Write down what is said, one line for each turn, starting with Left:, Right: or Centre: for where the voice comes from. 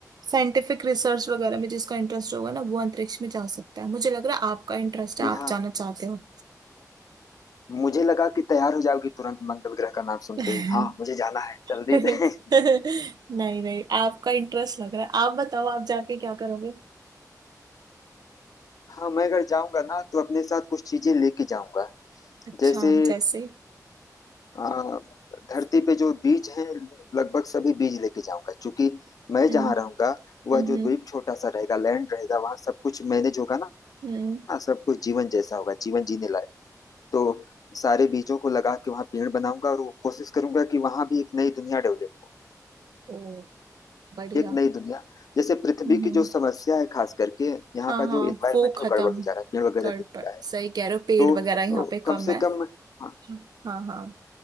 Right: साइंटिफिक रिसर्च वगैरह में जिसका इंटरेस्ट होगा ना वो अंतरिक्ष में जा सकता है मुझे लग रहा है आपका इंटरेस्ट है
Left: ये
Right: आप
Left: हाँ
Right: जाना चाहते हो
Left: मुझे लगा कि तैयार हो जाओगी तुरंत मंगल ग्रह का नाम सुनते
Right: <laughs>
Left: ही हाँ मुझे जाना है
Right: <laughs>
Left: जल्दी
Right: नहीं
Left: से <laughs>
Right: नहीं आपका इंटरेस्ट लग रहा है आप बताओ आप जाके क्या करोगे
Left: हाँ मैं अगर जाऊंगा ना तो अपने साथ कुछ चीजें लेके जाऊंगा
Right: अच्छा
Left: जैसे
Right: जैसे
Left: आ, धरती पे जो बीज हैं लगभग सभी बीज लेके जाऊंगा क्योंकि मैं
Right: हम्म
Left: जहाँ रहूंगा वह
Right: हम्म
Left: जो द्वीप छोटा सा रहेगा लैंड रहेगा वहां सब कुछ मैनेज होगा
Right: हम्म
Left: ना सब कुछ जीवन जैसा होगा जीवन जीने लायक तो सारे बीजों को लगा के वहां पेड़ बनाऊंगा और वो कोशिश करूंगा कि वहां भी एक नई दुनिया डेवलप हो
Right: ओ बढ़िया
Left: एक नई दुनिया जैसे पृथ्वी
Right: हम्म
Left: की जो समस्या है खास करके यहाँ
Right: हाँ
Left: का
Right: हाँ
Left: जो एनवायरमेंट
Right: वो खत्म
Left: है वो गड़बड़ हो जा रहा है पेड़ वगैरह
Right: कर
Left: दिख
Right: पर
Left: रहा है
Right: सही कह रहे हो पेड़
Left: तो अ,
Right: वगैरह यहाँ पे
Left: कम
Right: कम
Left: से
Right: है
Left: कम हाँ,
Right: हाँ हाँ